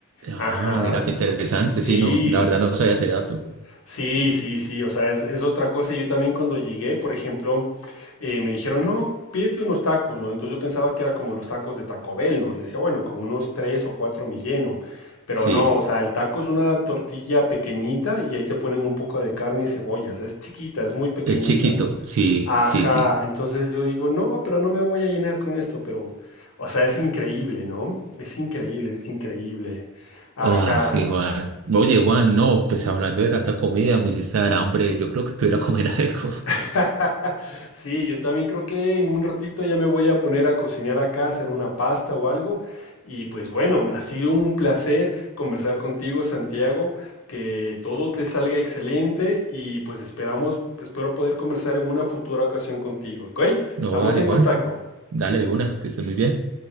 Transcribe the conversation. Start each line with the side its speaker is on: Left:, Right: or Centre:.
Right: Ah,
Left: Ajá,
Right: mira qué interesante.
Left: sí,
Right: Sí, no, la verdad no sabía ese dato.
Left: Sí, sí, sí, o sea, es, es otra cosa. Yo también cuando llegué, por ejemplo, eh, me dijeron, no, pídete unos tacos, ¿no? Entonces yo pensaba que era como los tacos de Taco Bell, ¿no? Yo decía, bueno, con unos tres o cuatro me lleno, pero
Right: Sí,
Left: no, o sea, el taco es una tortilla pequeñita y ahí te ponen un poco de carne y cebollas, es chiquita, es muy pequeñita,
Right: el chiquito.
Left: ¿no?
Right: Sí,
Left: Ajá,
Right: sí, sí.
Left: entonces yo digo, no, pero no me voy a llenar con esto, pero, o sea, es increíble, ¿no? Es increíble, es increíble. Ajá.
Right: Oh, sí, Juan. Oye, Juan, no, pues hablando de tanta comida, me hiciste dar hambre. Yo creo que voy a ir a comer <laughs> algo.
Left: <laughs> Sí, yo también creo que en un ratito ya me voy a poner a cocinar acá, a hacer una pasta o algo. Y pues bueno, ha sido un placer conversar contigo, Santiago, que todo te salga excelente y pues esperamos, espero poder conversar en una futura ocasión contigo, ¿ok?
Right: No,
Left: Estamos
Right: dale,
Left: en
Right: Juan.
Left: contacto.
Right: Dale de una, que estés muy bien.